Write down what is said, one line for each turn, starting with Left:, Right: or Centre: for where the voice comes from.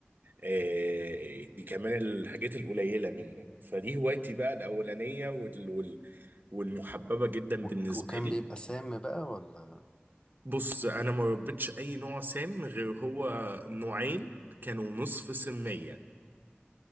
Right: آه، دي كمان الحاجات القليله منه فدي هوايتي بقى الاولانيه وال... وال... والمحببه جدا
Left: وك-
Right: بالنسبه
Left: وكان
Right: لي
Left: بيبقى سام بقى ولا
Right: بص انا ما ربيتش اي نوع سام غير هو نوعين كانوا نصف سمية